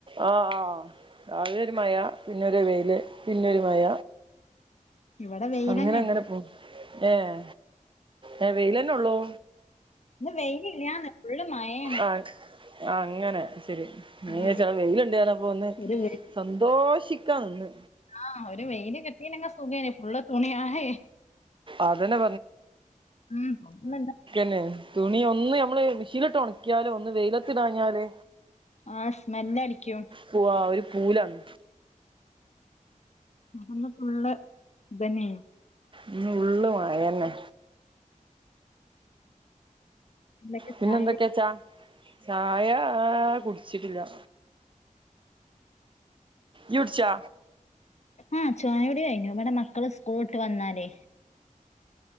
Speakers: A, on the right; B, on the left.
A: ആഹ് രാവിലൊരു മഴ പിന്നൊരു വെയില് പിന്നൊരു മഴ
B: ഇവിടെ വെയിലെന്നെ
A: അങ്ങനെ അങ്ങനെ പോവും ഏഹ് ഏഹ് വെയ്ലെന്നൊള്ളൂ?
B: ഇന്ന് വെയിലില്ലാന്ന്. ഫുള്ള് മഴേ
A: ആഹ് ആ അങ്ങനെ ശരി ഞാൻവിചാർച്ച്
B: ഉം
A: അവ്ടെ വെയില്ണ്ടാർന്നപ്പൊ ഒന്ന്
B: ഒരു
A: സന്തോഷിക്കാ നിന്ന്.
B: ആഹ് ഒരു വെയില് കിട്ടീനെങ്കി സുഖേയ്ന് ഫുള്ള് തുണി ആ അഴെ
A: അതന്നെ
B: മ് ഫുള്ള്ണ്ട്
A: ന്നെ തുണി ഒന്ന് നമ്മള് മിഷീനിട്ട് ഒണക്കിയാലും ഒന്ന് വെയിലത്തിടാഞ്ഞാല്
B: ആഹ് സ്മെല്ലടിക്കും
A: പുആ ഒരു പൂലാണ്
B: ഞങ്ങക്ക് ഇന്ന് ഫുള്ള് ഇതെന്നെയ്നു.
A: ഇന്ന് ഫുള്ള് മഴന്നെ
B: എന്തൊക്കെ
A: പിന്നെന്തൊക്കെയാച്ചാ
B: ചായകുടി
A: ചായാ കുടിച്ചിട്ടില്ല. ജുട്ച്ചോ?
B: ആഹ് ചായോട കയിഞ്ഞു ഇമ്മടെ മക്കള് സ്കൂളിലട്ട് വന്നാലേ